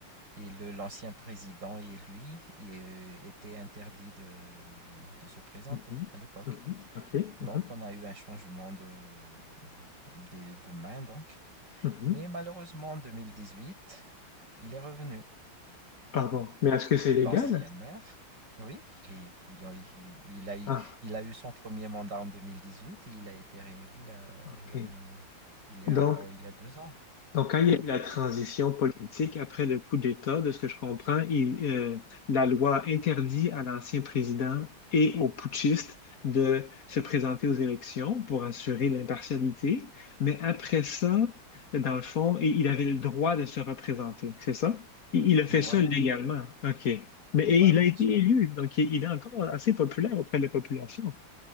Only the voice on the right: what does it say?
et le, l'ancien président et lui et, euh, étaient interdits de, de se présenter
à l'époque.
Donc,
on a eu un changement de, des de main, donc.
Mais malheureusement, en 2018, il est revenu.
L'ancien maire, oui, il est- il a, il a eu
il a eu son premier mandat en 2018 et il a été réélu la-
l'année, il y
a, euh, il y a deux ans.
Voilà,
ben,
bien
sûr.